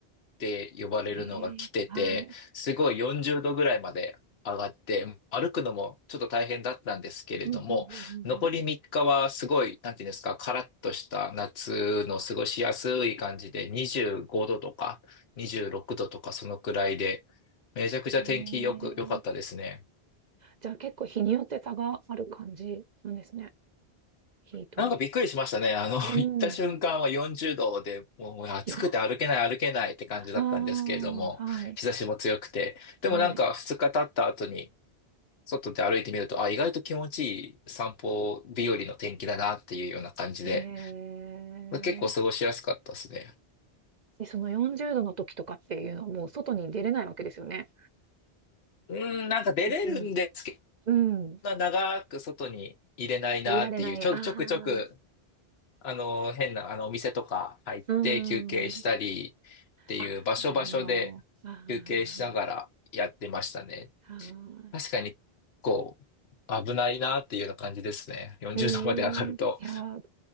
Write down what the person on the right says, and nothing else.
ええ、はい。
うんうんうんうん
うん。ええ。
じゃあ結構日によって差がある感じなんですね。ヒートウェー
ブ。うん。
4ああ、はい、
はい。
へえ。
で、その40度の時とかっていうのはもう外に出れないわけですよね。
うん。うん。
あ、いられない。
あ
あ。
うん。あ、なるほど。ああ、は
ああ。
い。へえ。いや、